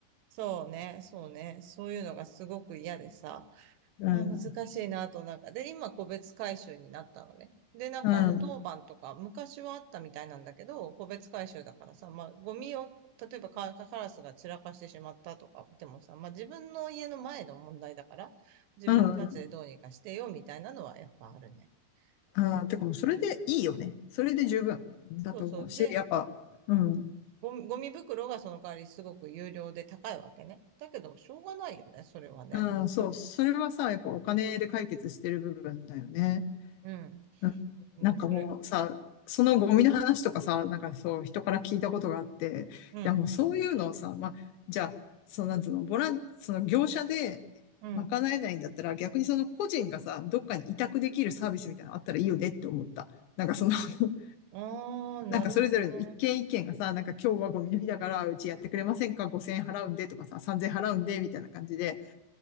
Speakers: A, on the right; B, on the left.
A: そうね、そうね、そういうのがすごく嫌でさ、
B: うん、
A: あ、難しいなと、なんか。で、今、個別回収になったのね。で、なんか、
B: うん、
A: あの、当番とか、昔はあったみたいなんだけど、個別回収だからさ、まあ、ゴミを、例えばカ、カラスが散らかしてしまったとか、でもさ、まあ、自分の家の前の問題だから、自分たちでどうにかしてよ、
B: うん、うん。
A: みたいなのはやっぱあるね。
B: あーてかもうそれでいいよね。
A: うん
B: それで十分だと思うし、
A: そうそう。で、
B: やっぱ、うん、
A: うん。ゴミ、ゴミ袋がその代わりすごく有料で高いわけね。だけど、しょうがないよね、それはね。
B: うん、そう、それはさ、やっぱお金で解決してる部分だよね。
A: うん。
B: ななんかもうさ、
A: うん、それ。
B: そのゴミの話とかさ、なんかそう、人から聞いたことがあって、いやもうそういうのをさ、
A: うん。
B: まあ、じゃあ、そのなんつうの、ボラン、その業者で賄えないんだったら、
A: うん。
B: 逆にその個人がさ、どっかに委託できるサービスみたいなのあったらいいよねって思った。なんかその <laughs>
A: ああ、なるほどね。
B: なんかそれぞれの一件一件がさ、なんか今日はゴミの日だから、うちやってくれませんか ?5000 円払うんでとかさ、3000円払うんでみたいな感じで、